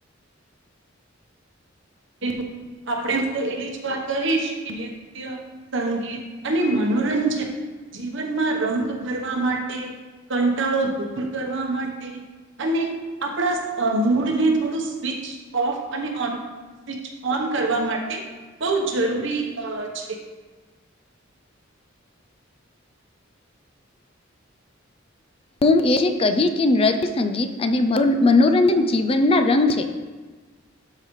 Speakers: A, on the right (about 65°); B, on the left (about 30°).
A: બુ આપણેે હ તો એલી જ વાત કહીશ કે નિત્ય સંગીત અને મનોરંજન. જીવનમાં રંગ ભરવા માટે કંટાળો દૂર કરવા માટે. અને આપણા અ મૂડને થોડું સ્વિચ ઓફ અને ઓન. સ્વિચ ઓન કરવા માટે બહુ જરૂરી છે.
B: હું એ કહીશ કે નૃત્ય સંગીત અને મનો મનોરંજન જીવન ના રંગ છે.